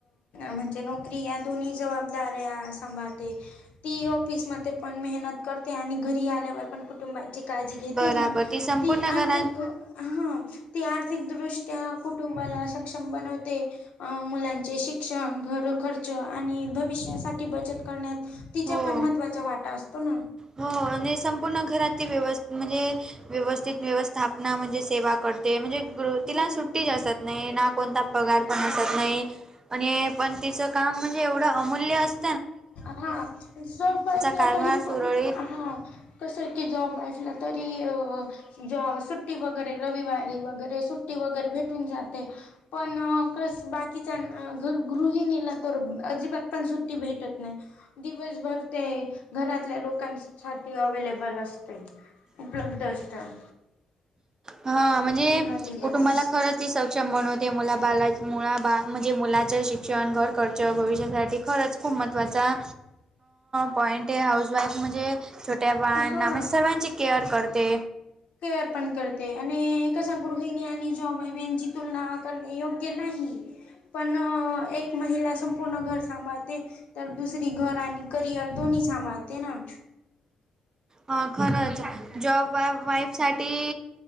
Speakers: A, on the left; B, on the right.
A: म्हणजे नोकरी या, दोन्ही जबाबदाऱ्या सांभाळते. ती ऑफिसमध्ये पण मेहनत करते, आणि घरी आल्यावर पण कुटुंबात काळजी घेते
B: बराबर
A: ना,
B: संपूर्ण
A: ती आर्थिक
B: घरात
A: ह ती आर्थिकदृष्ट्या कुटुंबाला, सक्षम बनवते. अ मुलांचे शिक्षण घर खर्च, आणि भविष्यासाठी बचत करण्यात, तिच्या
B: हो
A: पण महत्त्वाचा वाटा, असतो ना.
B: हो आणि संपूर्ण घराती व्यव म्हणजे, व्यवस्थित व्यवस्थापना म्हणजे सेवा पडते म्हणजे ग्रु
A: हम्म
B: तिला, सुट्टी जी असतात. नाही ना कोणता पगार पण असत नाही, आणि पण तिचं काम म्हणजे एवढं अमूल्य अस
A: हा जोपअसलं
B: कारभार
A: तरी
B: सुरळीत
A: हा कस आहे की, जॉब असलं तरी अ जॉब सुट्टी वगैरे रविवारी वगैरे, सुट्टी वगैरे भेटून जाते, पण कस बाकीच्याना, गृहिणीला तर अजिबात पण सुट भेटत नाही, दिवसभर ते, घरातल्या लोकांशी, सारखी अव्हेलेबलअसते, उपलब्ध असतात.
B: हा म्हणजे
A: पूर्ण दिवस,
B: कुटुंबाला खरंच ती सक्षम बनवते, मुला बाला मुळा बा म्हणजे, मुलाचं शिक्षण घर खर्च भविष्यासाठी खरंच, खूप महत्त्वाचा पॉईंट अ आहे, हाऊसवाईफ म्हणजे, छोट्या बाळ,
A: हा
B: सर्वांची केअर करते.
A: केअर पण करते, आणि कसा गृहिणी आणि जॉब बेनची तुलना पण योग्य नाही. पण एक महिला संपूर्ण घर सांभाळते, तर दुसरी घर आणि करिअर दोन्ही सांभाळते ना.
B: हा खरच, जॉब वाईफ साठी,